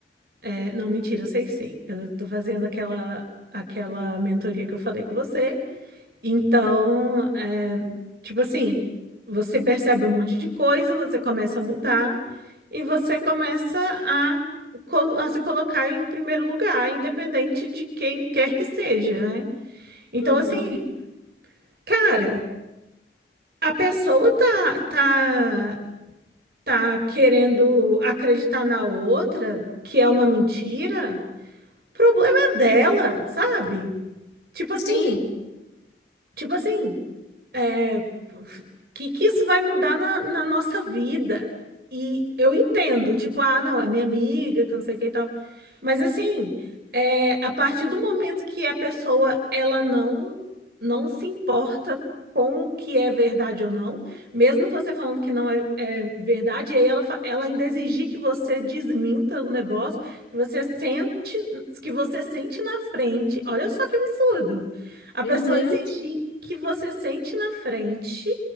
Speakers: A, on the right; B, on the left.
A: É, não, mentira, eu sei sim. Eu tô fazendo aquela, aquela mentoria que eu falei com você. Então, é, tipo assim, você percebe um monte de coisa, você começa a mudar e você começa a, co- a se colocar em primeiro lugar, independente de quem quer que seja, né? Então,
B: uhum.
A: assim, cara, a pessoa tá, tá, tá querendo acreditar na outra, que é uma mentira. problema é dela, sabe? Tipo assim,
B: Sim,
A: tipo assim, é, que que isso vai mudar na, na nossa vida? E eu entendo, tipo, ah, não, é minha amiga, que não sei o que e tal. Mas assim, é, a partir do momento que a pessoa ela não não se importa com o que é verdade ou não, mesmo você falando que não é, é verdade, e aí ela, fa- ela ainda exigir que você desminta o negócio, que você sente, que você sente na frente. Olha só que absurdo. A pessoa
B: uhum.
A: exigir que você sente na frente